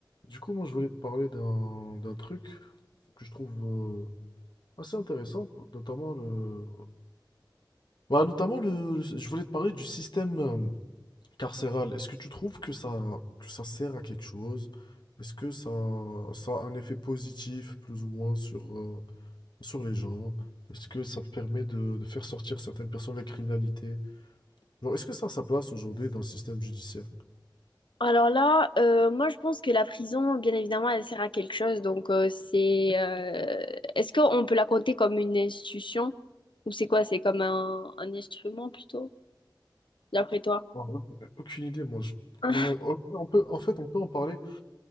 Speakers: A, on the left; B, on the left.
A: Du coup, moi, je voulais te parler d'un d'un truc que je trouve euh, assez intéressant, pour- notamment le... Bah, notamment le... le- Je voulais te parler du système euh, carcéral. Est-ce que tu trouves que ça, que ça sert à quelque chose? Est-ce que ça, ça a un effet positif, plus ou moins, sur, euh, sur les gens? Est-ce que ça permet de, de faire sortir certaines personnes de la criminalité? Genre, est-ce que ça a sa place aujourd'hui dans le système judiciaire?
B: Alors là, euh, moi je pense que la prison, bien évidemment, elle sert à quelque chose. Donc euh, c'est, euh, est-ce qu'on peut la compter comme une institution ou c'est quoi? C'est comme un, un instrument plutôt, d'après toi?
A: En vrai, j'en ai Aucune idée, moi. je-
B: <laughs>
A: je me- ok, On peut, en fait, on peut en parler